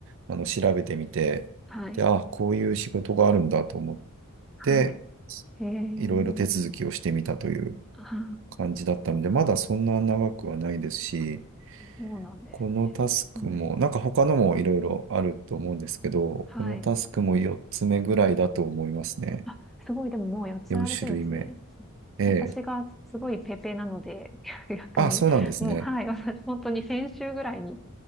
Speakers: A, on the right; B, in the centre.
A: あの、調べてみて、
B: はい、
A: で、あ、こういう仕事があるんだと思っ
B: はい。
A: て、
B: へえ、
A: いろいろ手続きをしてみたという
B: あ
A: 感じだったので、まだそんな長くはないですし、
B: ーあ、そうなんですね。
A: このタスクも、
B: はい、
A: なんか他のもいろいろあると思うんですけど、
B: はい。
A: このタスクも4つ目ぐらいだと思いますね。
B: あ、すごい、でももうやっつられてるんですね。
A: 4種類目。ええ。
B: 私がすごいペーペーなので、<laughs> 逆に、
A: あ、そうなんですね。
B: もう、はい、<laughs> 私、本当に先週ぐらいに